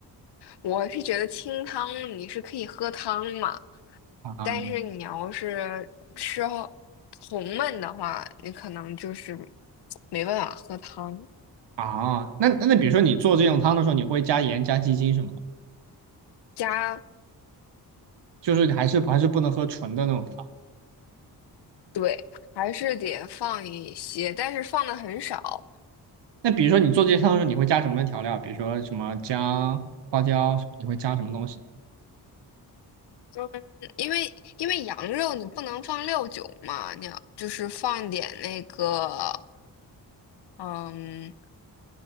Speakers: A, on the left; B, on the right.
A: 我是觉得清汤你是可以喝汤嘛，
B: 啊
A: 但是你要是吃好红焖的话，你可能就是没办法喝汤。
B: 啊，那那比如说你做这种汤的时候，你会加盐加鸡精什么的？
A: 加，
B: 就是你还是还是不能喝纯的那种汤。
A: 对，还是得放一些，但是放的很少。
B: 那比如说你做这些汤的时候，你会加什么调料？比如说什么姜、花椒，你会加什么东西？
A: 嗯，因为因为羊肉你不能放料酒嘛，你要就是放点那个，嗯。